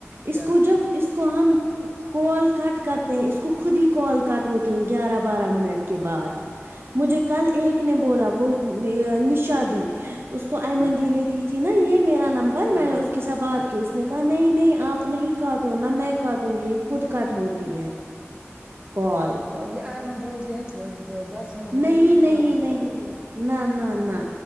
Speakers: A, on the right (about 20°); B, on the right (about 55°).
A: کیا
B: اس کو جب اس کو ہم کال کٹ کرتے ہیں اس کو خود ہی کال کٹ ہوتی ہے گیارہ بارہ منٹ کے بعد مجھے کل ایک نے بولا وہ ن نشہ دی اس کو آئمن
A: اچھا
B: دی نے دی تھی نا یہ میرا نمبر میں
A: ہاں
B: نے اس کے ساتھ بات
A: اچھا
B: کی اس نے نہیں نہیں آپ نہیں کاٹو نا میں کاٹوں گی یہ خود کاٹ ہوتی ہے کال
A: یہ آئمن بولتی ہیں دس منٹ ہو
B: نہیں
A: جائے تو
B: نہیں
A: کاٹنا چاہیے
B: نہیں نہ نہ نہ